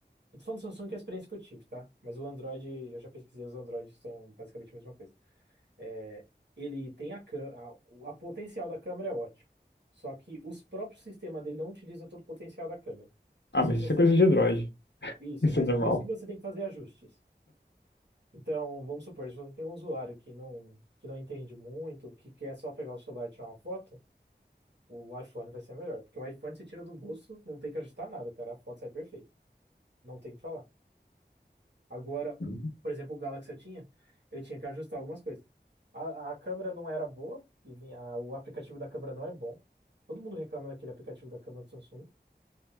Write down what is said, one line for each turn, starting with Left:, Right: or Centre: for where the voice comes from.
Right: Eu tô falando do Samsung que é a experiência que eu tive, tá? Mas o Android, eu já pesquisei, os Androids são basicamente a mesma coisa. É, Ele tem a, cã- a, o- a potencial da câmera é ótimo. Só que os próprios sistemas dele não utilizam todo o potencial da câmera. Por
Left: Ah,
Right: isso
Left: mas
Right: que você
Left: isso é coisa
Right: tem
Left: de
Right: que.
Left: Android, <laughs>
Right: Isso,
Left: isso
Right: mas
Left: é normal.
Right: por isso que você tem que fazer ajustes. Então, vamos supor, se você tem um usuário que não, que não entende muito, que quer só pegar o celular e tirar uma foto, o iPhone vai ser melhor. Porque o iPhone você tira do bolso, não tem que ajustar nada, cara. A foto sai perfeita. Não tem o que falar. Agora,
Left: Uhum.
Right: por exemplo, o Galaxy eu tinha, eu tinha que ajustar algumas coisas. A, a câmera não era boa, e vinha, a- o aplicativo da câmera não é bom. Todo mundo reclama daquele aplicativo da câmera do Samsung.